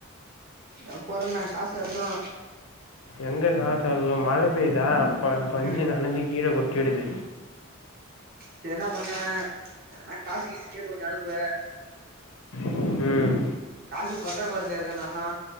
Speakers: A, on the right; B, on the left.
A: இதோ போறண்ண காசு வந்ரு
B: எங்க காசு வல்ல மழ பெய்தா ப பஞ்சு
A: ம்
B: நனஞ்சி கீழ கொட்டிடுது
A: செ என்னா பண்ணு எதனா காசு கீசு கேட்டு கொஞ்ச அனுப்பு
B: ம்
A: காசு பொற்றா கொரில இருக்க நலா